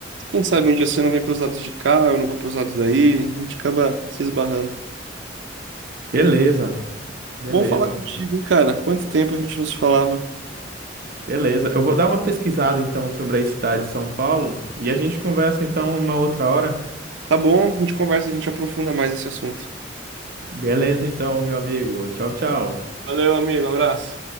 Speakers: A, on the right; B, on the right.
A: Quem sabe um dia você não vem pros lados de cá, eu não vou pros lados daí, a gente acaba se esbarrando.
B: Beleza, beleza,
A: Bom falar contigo, cara. Quanto tempo a gente não se falava?
B: beleza. Eu vou dar uma pesquisada então sobre a cidade de São Paulo e a gente conversa então uma outra hora.
A: Tá bom, a gente conversa, a gente aprofunda mais esse assunto.
B: Beleza, então, meu amigo. Tchau, tchau.
A: Valeu, amigo, abraço.